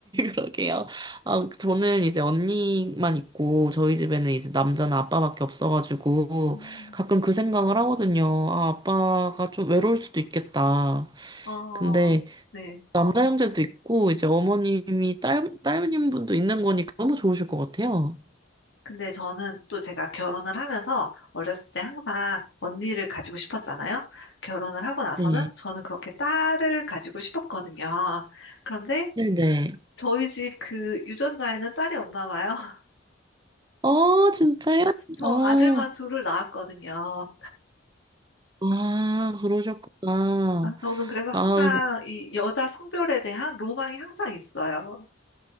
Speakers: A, on the right; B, on the left.
A: 그러게요. 아, 저는 이제 언니만 있고, 저희 집에는 이제 남자는 아빠밖에 없어가지고,
B: 음,
A: 가끔 그 생각을 하거든요. 아, 아빠가 좀 외로울 수도 있겠다.
B: 어,
A: 근데
B: 네.
A: 남자 형제도 있고, 이제 어머님이 딸, 딸님 분도 있는 거니까 너무 좋으실 것 같아요.
B: 근데 저는 또 제가 결혼을 하면서 어렸을 때 항상 언니를 가지고 싶었잖아요. 결혼을 하고 나서는
A: 네.
B: 저는 그렇게 딸을 가지고 싶었거든요. 그런데
A: 네네.
B: 저희 집 그 유전자에는 딸이 없나 봐요. <laughs>
A: 어, 진짜요?
B: 저
A: 어,
B: 아들만 둘을 낳았거든요.
A: 아, 그러셨구나.
B: 아, 저는 그래서 항상
A: 아, 그-
B: 이 여자 성별에 대한 로망이 항상 있어요.